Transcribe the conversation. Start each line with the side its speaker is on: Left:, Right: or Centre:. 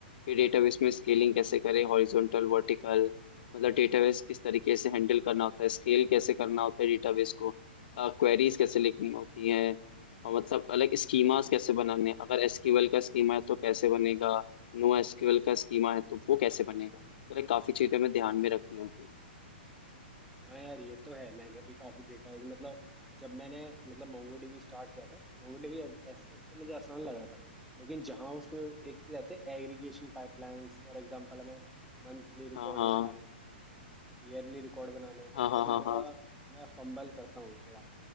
Left: कि डेटाबेस में स्केलिंग कैसे करें हॉरिजॉन्टल वर्टिकल मतलब डेटाबेस किस तरीके से हैंडल करना होता है स्केल कैसे करना होता है डेटाबेस को क्वेरीज कैसे लिखनी होती हैं और मतलब अलग स्कीमास कैसे बनाने हैं। अगर एसक्यूएल का स्कीमा है तो कैसे बनेगा नो एसक्यूएल का स्कीमा है तो वो कैसे बनेगा तो like, काफी चीजें हमें ध्यान में रखनी होती है
Centre: हाँ यार ये तो है मैंने भी काफी देखा है कि मतलब जब मैंने मतलब mongodb स्टार्ट किया था mongodb ऐसा तो मुझे आसान लगा था लेकिन जहाँ उसमें एक चीज आती है एग्रीगेशन पाइपलाइंस फॉर एग्जांपल हमें मंथली रिकॉर्ड
Left: हाँ हाँ
Centre: निकालना ईयरली रिकॉर्ड बनाने हैं तो
Left: हाँ हाँ
Centre: उसमें
Left: हाँ
Centre: थोड़ा
Left: हाँ
Centre: मैं फंबल करता हूँ थोड़ा